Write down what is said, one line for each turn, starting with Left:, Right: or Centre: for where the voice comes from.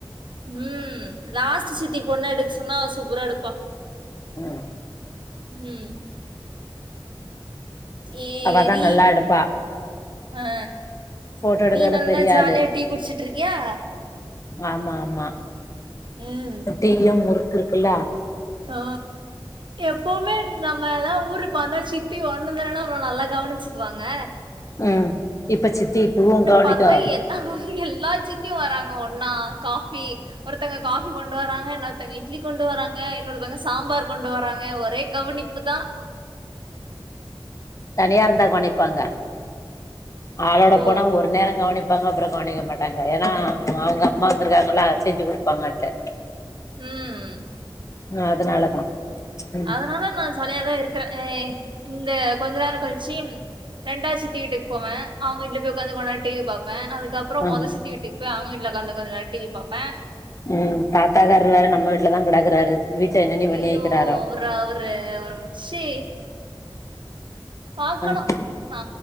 Right: ம் லாஸ்ட் சித்தி பொண்ண எடுக்க சொன்னா சூப்ரா எடுப்பா
Left: ம்
Right: ம் ஏரி
Left: அவதா நல்லா எடுப்பா
Right: அ
Left: போட்டோ எடுக்கறதுல
Right: நீ நல்லா
Left: பெரிய
Right: ஜாலியா
Left: ஆளு
Right: டீ குடிச்சிட்ருக்கியா
Left: ஆமா ஆமா
Right: ம்
Left: டீ யு முறுக் இருக்குல்ல
Right: தோ எப்போவுமே நம்ம எல்லா ஊருக் வந்தா சித்தி ஒன்ன தான நம்ள நல்லா கவனிச்சிக்வாங்க
Left: ம் இப்ப சித்தி டூவு கவுனிக்கோ
Right: பாத்தா எல்லா எல்லா சித்தியு வராங்க ஒன்னா காஃபி ஒருத்தங்க காஃபி கொண்டு வராங்க இன்னொருத்தங்க இட்லி கொண்டு வராங்க இன்னொருத்தங்க சாம்பார் கொண்டு வராங்க ஒரே கவனிப்புதா
Left: தனியா இருந்தா கவனிப்பாங்க ஆளோட
Right: ஓ
Left: போனா ஒரு நேரோ கவனிப் பாங்க அப்புற கவனிக்க மாட்டாங்க ஏன்னா அவ அவுங்க அம்மா வந்திருக்காங்களா செஞ்சு குடுப்பாங்கட்டு
Right: ம்
Left: ம் அதனாலதா ம்
Right: அதனால நா சலய தா இருக்குறே அ இந்த கொஞ்ச நேர கழிச்சி ரெண்டாது சித்தி வீட்டுக் போவ அவுங்க வீட்ல போய் உக்காந்து கொஞ்ச நேரோ டிவி பாப் ப அதுக்கப்றோ
Left: ஆ
Right: மொத சித்தி வீட்டுக்கு பேய் அவுங்க வீட்ல உக்காந்து கொஞ்ச நேரோ டிவி பாப்பே
Left: ம் தாத்தாக்கார்ரு வேற நம்ம வீட்லதா கெடக்குறாரு வீட்ட என்னென்னி பண்ணி
Right: அய்யோ
Left: வைக்கிறாரோ
Right: அவர அவரு அவர வச்சி பாக்கணு
Left: ம்
Right: நா